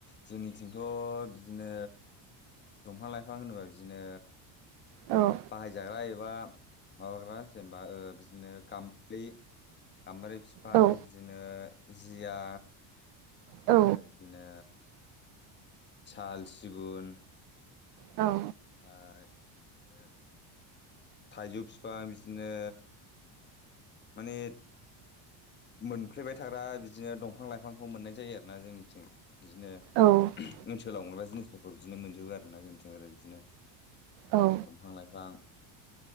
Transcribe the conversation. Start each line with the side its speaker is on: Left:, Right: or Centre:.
Left: जोंनिथिंथ' बिदिनो दंफां लाइफां होनोबा बिदिनो
Right: औ
Left: बाहायजाग्रा एबा माबाग्रा जेनेबा बिदिनो गामलि गामबारि फिफां
Right: औ
Left: बिदिनो जिया
Right: औ
Left: ओय बिदिनो साल', सिगुन
Right: औ
Left: ओ इदिनो थाइजौ बिफां बिदिनो माने मोनफ्लेबाय थाग्रा बिदिनो दंफां लाइफांखौ मोननाय जायो आरोना जोंनिथिं बिदिनो
Right: औ
Left: ओनसोलाव मोनग्रा जिनिसफोरखौ बिदिनो मोनजोबो आरोना जोंनिथिं ओरो बिदिनो दंफां
Right: औ
Left: लाइफां